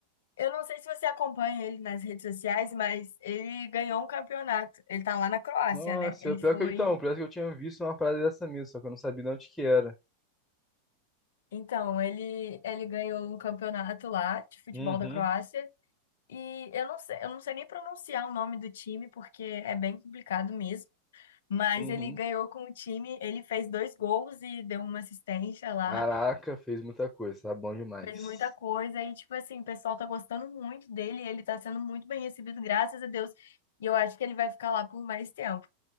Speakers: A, on the left; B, in the centre.
A: eu não sei se você acompanha ele nas redes sociais, mas ele ganhou um campeonato. Ele tá lá na Croácia,
B: Nossa,
A: né? Ele
B: é pior
A: foi.
B: que eu então, parece que eu tinha visto uma parada dessa mesmo, só que eu não sabia de onde que era.
A: Então, ele, ele ganhou um campeonato lá de futebol
B: Uhum,
A: da Croácia E eu não sei, eu não sei nem pronunciar o nome do time, porque é bem complicado mesmo. Mas
B: uhum.
A: ele ganhou com o time, ele fez dois gols e deu uma assistência lá,
B: Caraca, fez muita coisa, tá bom demais.
A: fez muita coisa. E, tipo assim, o pessoal tá gostando muito dele, ele tá sendo muito bem recebido, graças a Deus. E eu acho que ele vai ficar lá por mais tempo.